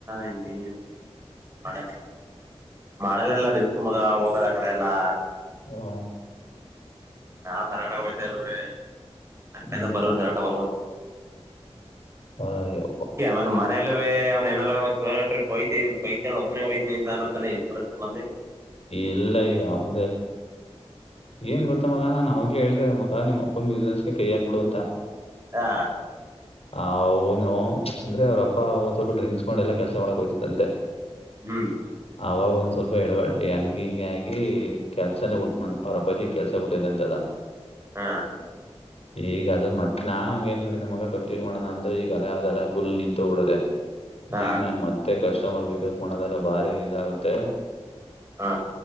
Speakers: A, on the right (about 25°); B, on the left (about 65°).
A: ಇಲ್ಲಿ ಮಾಡ ಮಳೆಲೆಲ್ಲ ರಿಸ್ಕ್ ಮಗ ಹೋಗದ ಆಕಡೆ ಎಲ್ಲಾ
B: ಹಾ
A: ನಾವವು ಕರಾಟ ಹೊೋತಾರೀ
B: ಹ್ಮ್
A: ಅಡಿಂದ ಬರೋರು ಕರಾಟ ಬರ್ಬೋದ
B: ಹಯೋ
A: ಆಮೇ ಮನೇಲೇ ಅವ್ ನಾರೋ ಸರ ಟ್ರಿಪ್ ಹಯ್ತಿ ಬೈಕ್ ಒಬ್ಬನೆೇ ಹಯ್ತನಿ ಅನತಾನೆ ಇ ಇಡಮ್ಮಲ್ಲಿ
B: ಎಲ್ಲ ಈಗ ಅವಂದ ಏನ್ ಗೊತ್ತ ಮಗ ನಾನ್ ಅವಾಗಲ ಹೇಳ್ತೇ ಮ ನಿಮಮ್ಮ ಅಪ್ಪೊ ಬಿಸ್ನೆಸ್ಗೆೈ ಹಾಕ್ಬ ಬಿಡು ಅಂತ
A: ಹಾ
B: ಆ ಅವನು ಅಂದ್ರೆ ಅವ್ರಪ್ಪ ಅವ ಸ್ವಲ್ಪ ಡ್ರಿಂಕ್ಸ್ ಮಾಡ ಎಲ್ಲ ಕೆಲಸ ಮಾಡಕ್ ಹಯ್ತಿದ್ದಂತೆ
A: ಹ್ಮ್
B: ಅವಾಗ ಒಂದ್ ಸ್ವಲ್ಪ ಎಡವಾಡ್ ಹಂಗ ಹಿಂಗ ಆಗಿ ಕೆಲ್ಸನೇ ಹಟ್ತನ ಅವ್ರಪ್ಪ ಪತಿ ಕೆಲ್ಸ ಬಿಟ್ಟಿದೆ ಅಂತದ
A: ಹಾ
B: ಈಗ ಅದದು ಮತ್ತ ನಾನು ಹ ಏನ್ ಕಡೆದ ಮಗ ಕ ಏನ್ ಮಾಡೋದ ಅಂದ್ರೆ ಈಗ ಅಲೆ ಅದೆಲೆ ಫುಲ್ ನಿಂತು ಬಿಡದೆ
A: ಹಾ
B: ಈಗ ನಾನ್ ಮತ್ತೆ ಕಸ್ಟಮರ್ ಪಿಕಪ್ ಮಾಡೋದೆಲ್ಲ ಭಾರಿ ಇದಾಗುತ್ತೆ
A: ಹಾ